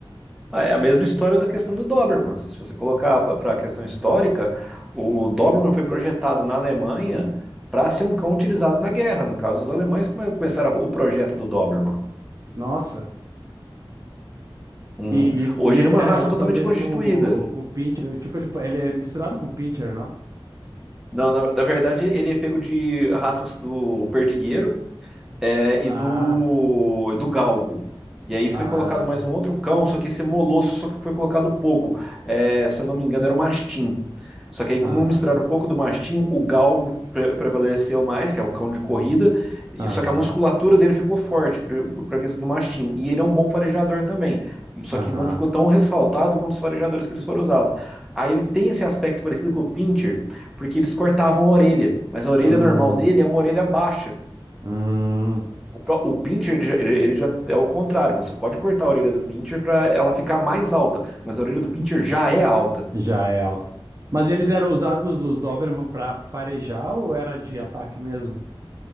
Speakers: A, in the centre; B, on the right.
A: Ah, É a mesma história da questão do Doberman. Se você colocar para a questão histórica, o Doberman foi projetado na Alemanha para ser um cão utilizado na guerra. No caso, os alemães come- começaram o projeto do Doberman.
B: Nossa.
A: Uhum.
B: E,
A: Hoje
B: e, e ele,
A: ele é uma
B: a
A: raça
B: relação
A: totalmente
B: dele
A: constituída.
B: com o, com o Pincher, tipo, ele, ele é misturado com o Pincher, não?
A: Não, na, na verdade, ele é pego de raças do perdigueiro é, e
B: Ah,
A: do, e do galgo. E aí
B: ah,
A: foi colocado mais um outro cão, só que esse é molosso só que foi colocado pouco. É, se eu não me engano, era o mastim. Só que aí, como
B: aham,
A: misturaram pouco do mastim, o galgo pre- prevaleceu mais, que é o cão de corrida, e-
B: aham,
A: só que a musculatura dele ficou forte para a questão do mastim. E ele é um bom farejador também, só
B: aham,
A: que não ficou tão ressaltado quanto os farejadores que eles foram usados. Aí ele tem esse aspecto parecido com o pincher, porque eles cortavam a orelha, mas a orelha
B: hum,
A: normal dele é uma orelha baixa.
B: hum,
A: O, pró- o pincher, ele já, ele já é o contrário. Você pode cortar a orelha do pincher para ela ficar mais alta, mas a orelha do pincher já é alta.
B: já é alta. Mas eles eram usados, os Doberman, pra farejar ou era de ataque mesmo?